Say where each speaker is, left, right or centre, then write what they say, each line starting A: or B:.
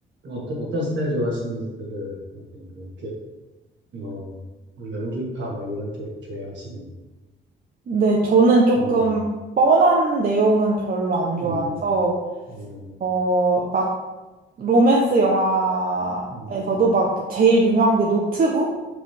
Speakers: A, on the right; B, on the right.
A: 어떤 어떤 스타일 좋아하시는지 되게 그렇게 이렇게 어, 연기파 뭐 이런 쪽 좋아하시겠네요.
B: 근데 저는 조금
A: 음,
B: 뻔한 내용은 별로 안 좋아해서
A: 음, 어,
B: 어 막 로맨스 영화에서도
A: 음.
B: 막 제일 유명한 게 노트북,